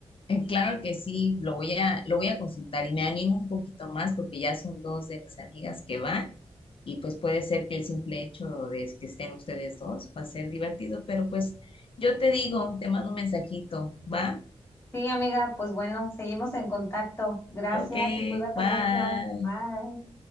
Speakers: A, on the left; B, on the left.
A: Eh, Claro que sí, lo voy a, lo voy a consultar y me animo un poquito más porque ya son dos de mis amigas que van y pues puede ser que el simple hecho de que estén ustedes dos va a ser divertido, pero pues yo te digo, te mando un mensajito, ¿va?
B: Sí, amiga, pues bueno, seguimos en contacto. Gracias
A: Ok,
B: y cuídate
A: bye.
B: mucho. Bye.